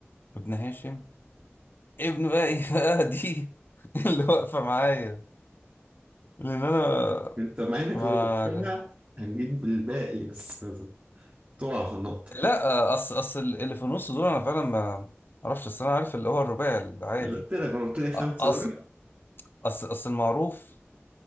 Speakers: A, on the left; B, on the right.
A: ابن هاشم ابن بقى ايه بقى دي <laughs> اللي واقفه معايا لان انا
B: انت مع انك
A: ما
B: لو جبتها هتجيب الباقي بس تقع في النقطة
A: لا اصل اصل اللي في النص دول انا فعلا ما اعرفش اصل انا عارف اللي هو الرباعي العادي
B: قلت لك لو قلت لي خمسة
A: اصل
B: بقى
A: اصل اصل المعروف